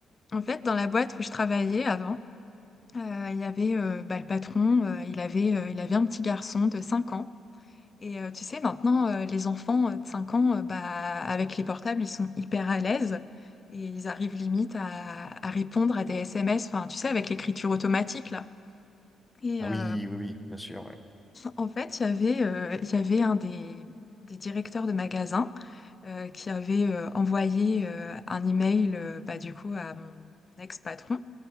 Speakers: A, on the left; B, in the centre.
A: en fait, dans la boîte où je travaillais avant, euh, il y avait euh, bah, le patron, euh, il avait, euh, il avait un petit garçon de 5 ans. Et euh, tu sais, maintenant, euh, les enfants euh, de 5 ans, euh, bah, avec les portables, ils sont hyper à l'aise et ils arrivent limite à, à répondre à des SMS, enfin, tu sais, avec l'écriture automatique, là. Et
B: Ah
A: euh,
B: oui, oui, oui, bien sûr. ouais.
A: en fait, il y avait, euh, il y avait un des, des directeurs de magasin euh, qui avait euh, envoyé euh, un email euh, bah, du coup à mon ex-patron